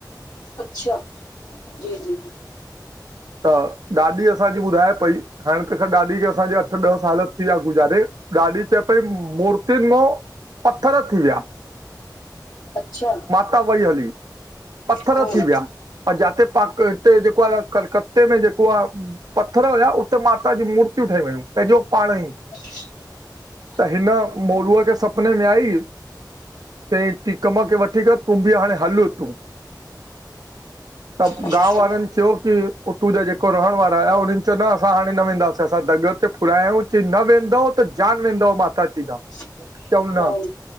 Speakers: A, on the left (about 50°); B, on the right (about 55°).
A: अच्छा
B: <inaudible>
A: जी जी
B: त ॾाॾी असांजी ॿुधाए पई, हाणे त खेंर डाॾी खे असांजे अठ ॾह साल थी विया गुज़ारे ॾाॾी चए पई मूर्तियुनि मां पत्थर थी विया।
A: अच्छा
B: उता वई हली, पत्थर
A: हम्म,
B: थीवियां अं जाते पाक हिते जेको आ कलकते में जेको आ। पत्थर हुया उते माता जी मूर्तियूं ठही वयूं पेजों पाण ई।
A: <inaudible>
B: त हिन मोरूअ जे सपिने में आई। ते टीकम खे वठी कर तूं बि हाणे हल तूं। त
A: अच्छा
B: गांव वारन् च्यो। की उंतो जेको रहण वारा आया उन्हन् चयो न असां हाणे न वेंदासीं असां दग ते फूरायायो। ती न वेंदव त जान वेंदव माताजित।
A: <inaudible>
B: चऊन
A: हम्म,